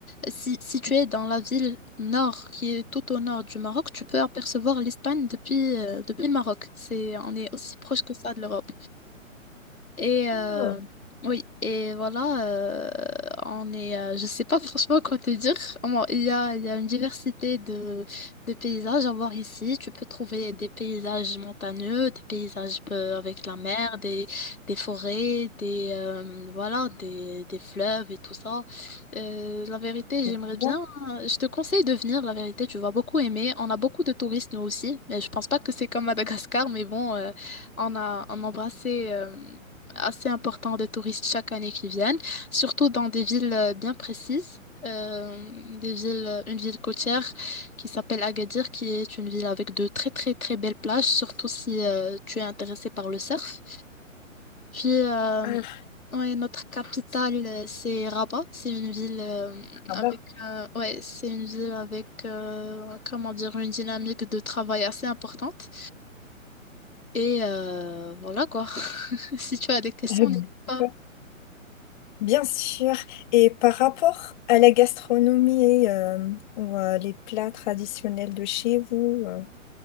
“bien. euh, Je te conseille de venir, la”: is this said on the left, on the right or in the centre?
Left